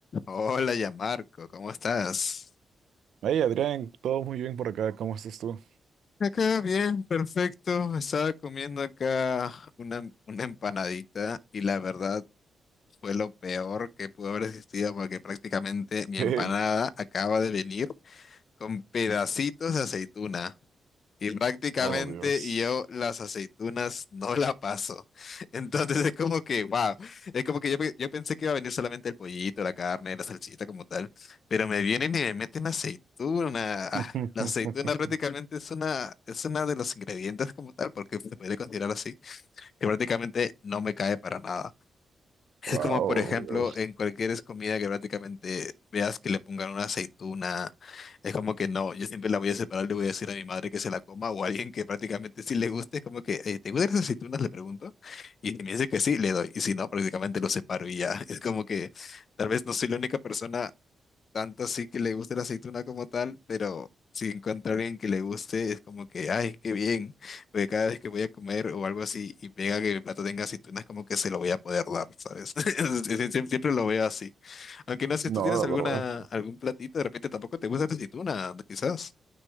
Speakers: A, on the left; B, on the right.
A: Hola, ya Marco, ¿cómo estás?
B: Hey Adrián, todo muy bien por acá, ¿cómo estás tú?
A: Acá bien, perfecto. Estaba comiendo acá una, una empanadita y la verdad fue lo peor que pudo haber existido porque prácticamente mi
B: <laughs> ¿Qué?
A: empanada acaba de venir con pedacitos de aceituna. Y prácticamente
B: Oh Dios.
A: yo las aceitunas no la paso. <laughs> Entonces es como que, wow, es como que yo, pe- yo pensé que iba a venir solamente el pollito, la carne, la salsita como tal, pero me vienen y me meten aceituna. Ah,
B: <laughs>
A: La aceituna prácticamente es una, es una de los ingredientes como tal, porque se puede considerar así, que prácticamente no me cae para nada. Es
B: Wow,
A: como, por ejemplo,
B: Dios.
A: en cualquier comida que prácticamente veas que le pongan una aceituna, es como que no, yo siempre la voy a separar, le voy a decir a mi madre que se la coma o a alguien que prácticamente sí le guste, es como que, "Eh, ¿te gustan las aceitunas? Le pregunto, y si me dice que sí, le doy, y si no, prácticamente lo separo y ya. <laughs> Es como que tal vez no soy la única persona tanto así que le guste la aceituna como tal, pero si encuentro a alguien que le guste, es como que, ay, qué bien, porque cada vez que voy a comer o algo así y pega que el plato tenga aceitunas, como que se lo voy a poder dar, ¿sabes? <laughs> Sie- sie- Siempre lo veo así. Aunque no sé si
B: No,
A: tú tienes
B: la
A: alguna,
B: verdad.
A: algún platito, de repente tampoco te gusta la aceituna, quizás.